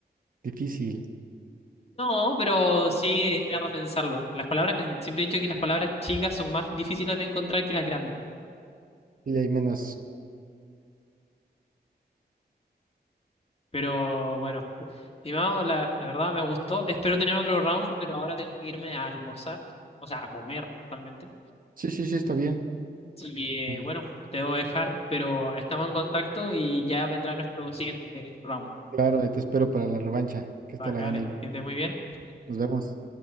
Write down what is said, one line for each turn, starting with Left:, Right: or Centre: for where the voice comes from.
Right: Difícil.
Left: No, pero sí, daba a pensarlo. Las palabras, eh, siempre he dicho que las palabras chicas son más difíciles de encontrar que las grandes.
Right: Y hay menos.
Left: Pero bueno, estimado, la, la verdad me gustó. Espero tener otro round, pero ahora tengo que irme a almorzar, o sea, a comer totalmente.
Right: Sí, sí, sí, está bien.
Left: Así que
Right: Eh,
Left: bueno, te debo dejar, pero estamos en contacto y ya vendrá nuestro siguiente round.
Right: claro, ahí te espero para la revancha, que
Left: Vale,
Right: esta la
Left: vale,
Right: gané yo.
Left: que estés muy bien.
Right: Nos vemos.